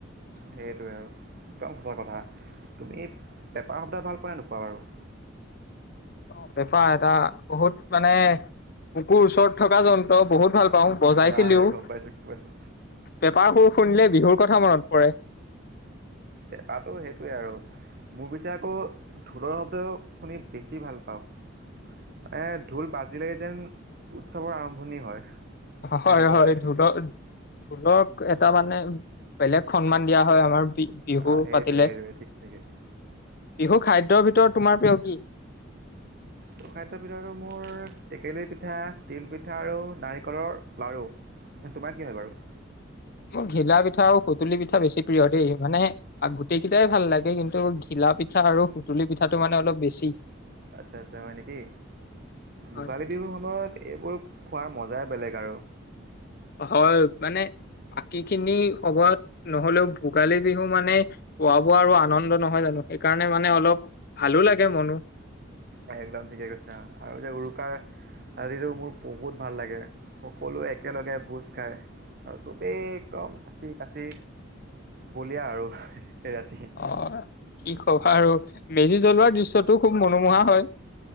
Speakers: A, on the right; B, on the left.
A: সেইটোৱে আৰু একদম সচৰ কথা তুমি পেপাৰ শব্দ ভাল পোৱা নোপোৱা বাৰু
B: অ বেপাৰ এটা বহুত মানে কুকুৰ ওচৰত থকা যন্ত্ৰ বহুত ভাল পাওঁ বজাইছিলিও
A: আহে গম পাইছো গম পাইছো
B: পেপাৰ সুৰ শুনিলে বিহুৰ কথা মনত পৰে
A: এপাতো সেইটোৱে আৰু মোৰ পিছে আকৌ ঢোলৰ শব্দ শুনি বেছি ভাল পাওঁ মানে ঢোল বাজিল লৈকে যেন উৎসৱৰ আৰম্ভণি হয়
B: হয়
A: সেনেকুৱা
B: হয়
A: লাগে
B: ঢলক ঢোলক এটা মানে বেলেগ সন্মান দিয়া হয় আমাৰ বি বিহু
A: অ সেইটোৱে
B: পাতিলে।
A: সেইটোৱে ঠিকে
B: বিহু খাদ্যৰ ভিতৰত তোমাৰ প্ৰিয় কি
A: ত খাদ্যৰ ভিতৰতো মোৰ টেকেলী পিঠা তিলপিঠা আৰু নাৰিকলৰ লাড়ু তোমাৰ কি হয় বাৰু
B: মোৰ ঘিলা পিঠা আৰু সুতুলি পিঠা বেছি প্ৰিয় দেই মানে গোটেইকেইটাই ভাল লাগে কিন্তু ঘিলা পিঠা আৰু সুতুলি পিঠাটো মানে অলপ বেছি
A: আচ্ছা আচ্ছা হয় নেকি
B: হয়
A: ভোগালী বিহুৰ সময়ত এইবোৰ খোৱাৰ মজাই বেলেগ আৰু
B: হয় মানে বাকী খিনি সময়ত নহলেও ভোগালী বিহু মানে খোৱা বোৱা আৰু আনন্দ নহয় জানো সেইকাৰণে মানে অলপ ভালো লাগে মনো
A: এ একদম ঠিকে কৈছা আৰু যে উৰুকাৰ ৰাতিটো মোৰ বহুত ভাল লাগে সকলোৱে একেলগে ভোজ খাই আৰু চবেই একদম কাচি কাচি বলিয়া আৰু সেই ৰাতি
B: অ কি কবা আৰু মেজি জ্বলোৱাৰ দৃশ্য পিছতো খুব মনোমোহা হয়